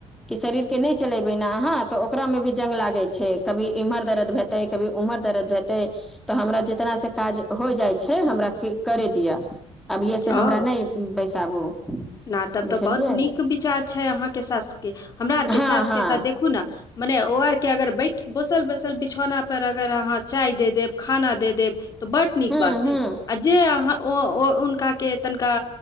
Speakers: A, in the centre; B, on the left.
A: इ शरीरकेँ नहि चलेबै ने अहाँ तऽ ओकरामे भी जंग लागैत छै कभी इम्हर दर्द हेतै कभी उमर दर्द हेतै तऽ हमरा जितना से काज हो जाइ छै हमरा करे दिअ अभिये से
B: ओ
A: हमरा नहि बैसाबू
B: ना तब तऽ
A: बुझलियै
B: बहुत नीक विचार छै अहाँके सास के हमरा आरके
A: हँ
B: सास
A: हँ
B: के तऽ देखू ने मने ओ आर के अगर बैठ बोसल बसल बिछौना पर अगर अहाँ चाय दे देब खाना दे देब तऽ बड नीक
A: हू
B: बात छै
A: हू
B: आ जे अहाँ ओ उनका के तनिका